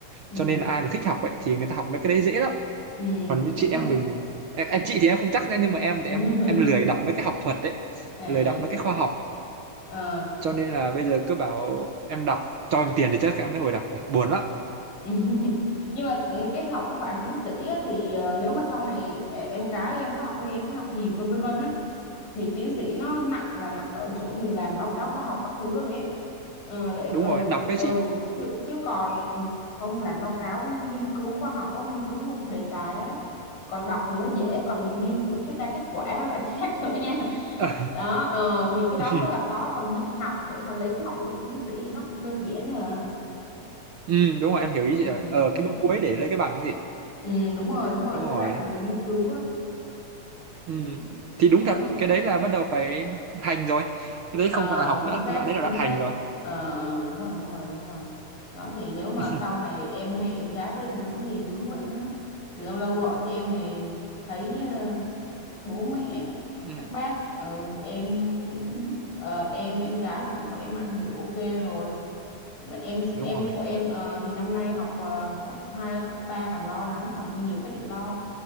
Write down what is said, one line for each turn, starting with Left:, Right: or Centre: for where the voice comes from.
Left: ừ
Right: cho nên là ai mà thích học vậy thì người ta học mấy cái đấy dễ lắm
Left: ừ
Right: còn như
Left: đúng
Right: chị em
Left: rồi
Right: mình em, em chị thì em không chắc nữa nhưng mà em
Left: <laughs>
Right: thì em em lười đọc mấy cái học thuật đấy
Left: à
Right: lười đọc mấy cái khoa học
Left: ờ
Right: cho nên là bây giờ cứ bảo em đọc cho em tiền thì chắc em đã ngồi đọc được buồn lắm
Left: <laughs> nhưng mà ừ, cái học cái khoảng tiến sĩ á, thì ờ, nếu mà sau này e- em gái em có học hay em có học gì vân vân vân á thì tiến sĩ nó nặng là nặng ở chỗ mình làm báo cáo khoa học các thứ á bé ờ, để
Right: đúng
Left: ừ
Right: rồi đọc
Left: để
Right: đấy
Left: ừ
Right: chị
Left: chứ chứ còn không làm báo cáo nghiên cứu khoa học quá nghiên cứu một đề tài á còn đọc thì nó dễ còn mình nghiên cứu cho ra kết quả nó lại <laughs> khác nữa nha
Right: Ờ.
Left: đó ờ, thì cái
Right: <laughs>
Left: đó mới là khó còn đi học để mà lấy cái học vị tiến sĩ thì nó cũng đơn giản hả
Right: ừ, đúng rồi em hiểu ý
Left: ừ
Right: chị rồi ờ
Left: ừ
Right: cái bước
Left: ừ
Right: cuối để lấy cái bằng cái gì
Left: Ừ, đúng rồi đúng rồi
Right: đúng rồi
Left: cái đoạn mà mình nghiên cứu á
Right: Ừ.
Left: ừ.
Right: Thì đúng
Left: thì nếu
Right: thật,
Left: mà
Right: cái đấy là bắt đầu phải hành rồi. Cái đấy
Left: ờ,
Right: không còn là học
Left: chính
Right: nữa,
Left: xác
Right: cái đoạn đấy là
Left: chính
Right: đoạn hành
Left: xác
Right: rồi.
Left: Ờ, ờ, đúng rồi đúng rồi đúng rồi đó thì nếu mà
Right: <laughs>
Left: sau này em hay em gái có định hướng thì hướng vậy đó thì lâu lâu gọi cho em thì thấy ờ, bố mẹ
Right: Ừ,
Left: các bác ờ, em cũng ờ, em em gái cũng khỏe mạnh thì ok rồi em
Right: đúng
Left: em
Right: rồi,
Left: của em ờ, thì năm nay học ờ, cấp 2 cấp 3 còn lo lắng còn có nhiều cái để lo